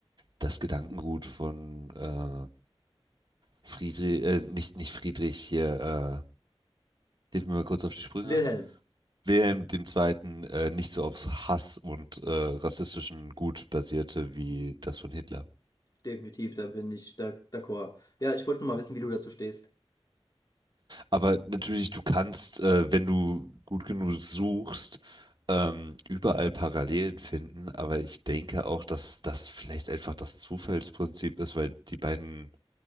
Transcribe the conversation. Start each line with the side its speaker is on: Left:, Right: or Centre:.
Right: das Gedankengut von äh, Friedrich, äh, nicht, nicht Friedrich hier, äh, hilf mir mal kurz auf die Sprünge.
Left: Wilhelm.
Right: Wilhelm dem Zweiten, äh, nicht so auf Hass und äh, rassistischen Gut basierte wie das von Hitler.
Left: Definitiv, da bin ich da, d'accord. Ja, ich wollte nur mal wissen, wie du dazu stehst.
Right: Aber natürlich, du kannst, äh, wenn du gut genug suchst, ähm, überall Parallelen finden. Aber ich denke auch, dass das vielleicht einfach das Zufallsprinzip ist, weil die beiden